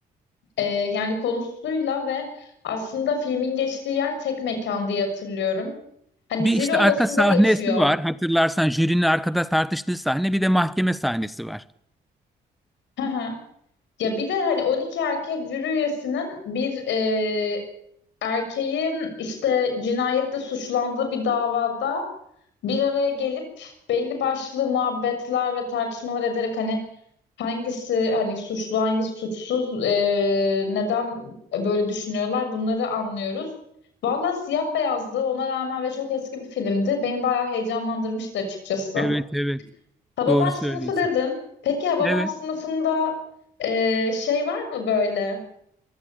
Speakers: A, on the left (about 80°); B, in the centre.
A: e, yani konusuyla ve aslında filmin geçtiği yer tek mekan diye hatırlıyorum. Hani
B: Bir işte
A: jüri odasında
B: arka sahnesi
A: geçiyor.
B: var. Hatırlarsan jürinin arkada tartıştığı sahne. Bir de mahkeme sahnesi var.
A: Hı hı. Ya bir de hani 12 erkek jüri üyesinin bir e, erkeğin işte cinayette suçlandığı bir davada bir araya gelip belli başlı muhabbetler ve tartışmalar ederek hani Hangisi hani suçlu, hangisi suçsuz, e, neden böyle düşünüyorlar bunları anlıyoruz. Valla siyah beyazdı ona rağmen ve çok eski bir filmdi. Beni bayağı heyecanlandırmıştı açıkçası.
B: Evet evet.
A: Hababam
B: Doğru söylüyorsun.
A: sınıfı dedin. Peki Hababam
B: Evet.
A: sınıfında e, şey var mı böyle?